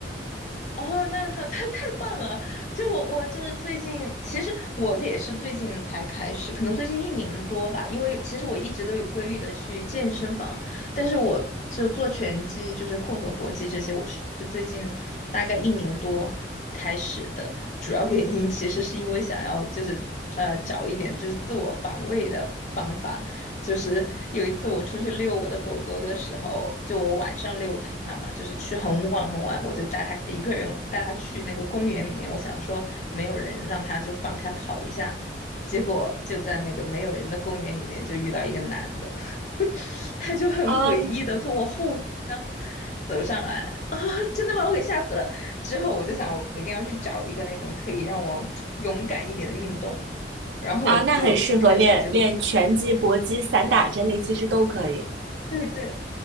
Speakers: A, on the left; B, on the right.
A: 哦，那他太太棒了！就我我就是最近，其实我这也是最近才开始，可能最近一年多吧。因为其实我一直都有规律的去健身房，但是我就做拳击，就是混合搏击这些，我是是最近大概一年多开始的。主要原因其实是因为想要就是呃找一点就是自我防卫的方法，就是有一次我出去遛我的狗狗的时候，就我晚上遛它嘛，就是去很晚很晚，我就带它一个人带它去那个公园里面，我想说没有人，让它就放开跑一下，结果就在那个没有人的公园里面就遇到一个男的，<laughs> 他就很诡异的从我后面
B: 啊
A: 走上来啊，真的把我给吓死了。之后我就想，我一定要去找一个那种可以让我 <tsk> 勇敢一点的运动。然后我就开始就是，
B: 啊，那很适合练练拳击、搏击、散打这类，其实都可以。
A: 对对，